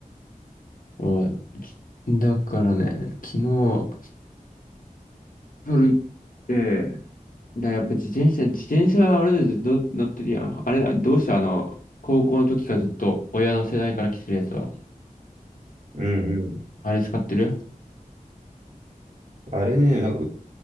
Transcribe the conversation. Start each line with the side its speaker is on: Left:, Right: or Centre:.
Left: うん。きだからね、昨日、夜行って、だからやっぱ自転車、自転車はあれでずっと乗ってるやん。あれ、どうしてあの、高校の時からずっと親の世代から来てるやつは、
Right: うんうん。
Left: あれ使ってる
Right: あれね、なんか